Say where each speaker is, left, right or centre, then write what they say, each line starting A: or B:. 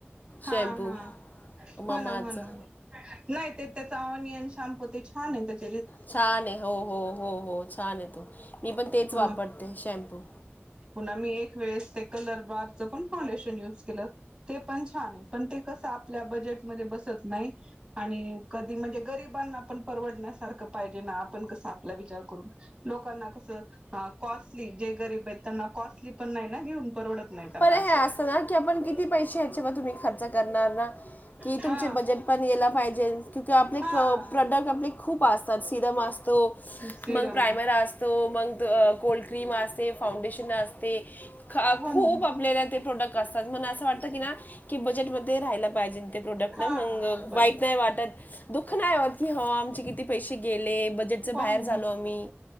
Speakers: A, on the right; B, on the left.
A: हा
B: शॅम्पू
A: हा
B: ममाचं
A: हो ना हो ना नाही ते त्याचा नियन शामपू ते छान आहे त्या
B: छान आहे हो हो हो हो छान आहे तो मी पण तेच
A: ह
B: वापरते शॅम्पू
A: पुन्हा मी एक वेळेस ते कलर बारच पण फाउंडेशन यूज केलं ते पण छान आहे पण ते कसं आपल्या बजेटमध्ये बसत नाही आणि कधी म्हणजे गरीबांना पण परवडण्यासारखं पाहिजे ना आपण कसं आपला विचार करून लोकांना कस कॉस्टली जे गरीब आहेत त्यांना कॉस्टली पण नाही ना घेऊन परवडत नाही त्यांना
B: पर हे असतं ना की आपण
A: असं
B: किती पैसे ह्याच्यावर तुम्ही खर्च ं करणार ना कि
A: हा
B: तुमचे बजेट पण याला पाहिजे कि आपले
A: हा
B: प्रोडक्ट आपले खूप असतात सिरम असतो
A: सिरम
B: मग प्रायमर असत म कोल्ड क्रीम फाउंडेश अस ख
A: हो
B: खूप
A: ना
B: आपल्याला ते प्रोडक्ट असतात म असं वाटतं की ना की बजेटमध्येध्ये राहिला पाहिजे ते प्रोडक्ट
A: हा
B: न मग
A: बजेट
B: वाईट नाही वाटत दुःख नाही क आमचे किती पैसे गेले बजेटचं
A: होन
B: बाहेर झालो आम्ही